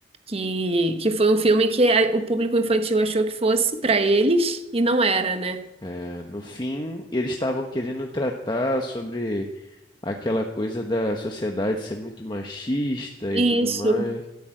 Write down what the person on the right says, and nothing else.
Que, que foi um filme que a- o público infantil achou que fosse pra eles e não era, né?
Isso,